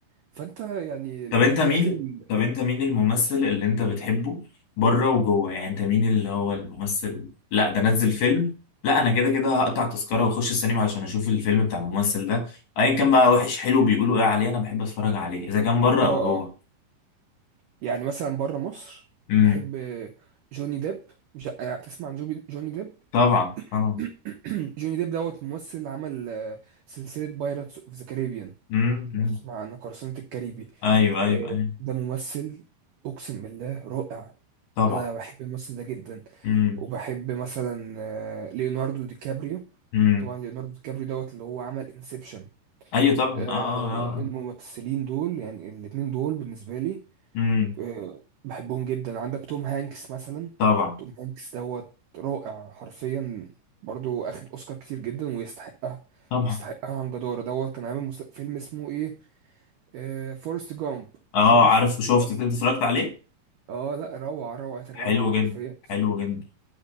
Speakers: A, on the right; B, on the left.
A: فانت يعني الحاجات
B: طب انت مين
A: اللي
B: طب انت مين الممثل اللي انت بتحبه بره وجوه يعني انت مين اللي هو الممثل لا ده نزل فيلم لا انا كده كده هقطع تذكرة واخش السينما عشان اشوف الفيلم بتاع الممثل ده ايا كان بقى وحش حلو بيقولوا ايه عليه انا بحب اتفرج عليه اذا كان بره
A: اه
B: او جوه
A: اه يعني مثلا بره مصر
B: امم
A: بحب جوني ديب مش تسمع عن جوبي- جوني ديب
B: طبعا طبعا
A: <clears throat> جوني ديب دوت ممثل اللي عمل آه، سلسلة بايرتس اوف ذا كاريبيان
B: امم امم
A: لو تسمع عنها قرصنة الكاريبي
B: ايوه ايوه
A: آه،
B: ايوه
A: ده ممثل اقسم بالله رائع
B: طبعا
A: انا بحب الممثل ده جدا
B: امم
A: وبحب مثلا آه، ليوناردو دي كابريو
B: امم
A: طبعا ليوناردو دي كابريو دوت اللي هو عمل انسبشن
B: ايوه طبعا
A: آه،
B: اه اه اه آه.
A: الممثلين دول يعني الاتنين دول بالنسبة لي
B: امم
A: آه، بحبهم جدا عندك توم هانكس مثلا
B: طبعا
A: توم هانكس دوت رائع حرفيا برضو اخد اوسكار كتير جدا ويستحقها
B: طبعا
A: يستحقها عن جدارة دوت كان عامل مس- فيلم اسمه ايه آه فورست جامب
B: اه
A: فورست
B: عارف شفت
A: جامب
B: انت اتفرجت عليه
A: اه لا روعة روعة الروعة
B: حلو
A: حرفيا
B: جدا حلو جدا